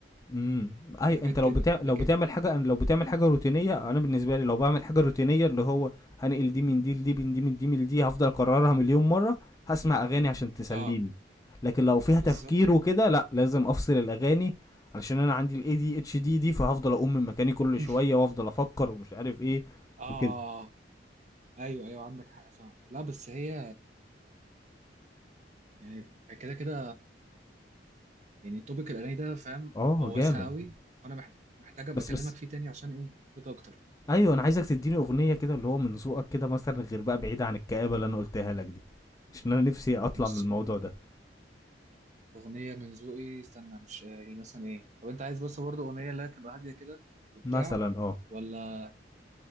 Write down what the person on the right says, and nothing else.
حاجات
كده
لكن
اه
بالظبط
<laughs>
اه
ايوه ايوه عندك حق فعلا لا بس هي يعني كده كده يعني توبيك الاغاني ده فاهم
هو
واسع قوي فانا محت- محتاج ابقى
اكلمك
فيه تاني عشان ايه ليك اكتر
بص
أغنية من ذوقي استنى مش يعني مثلا إيه طب أنت عايز بس برضه أغنية اللي هي تبقى هادية كده وبتاع
ولا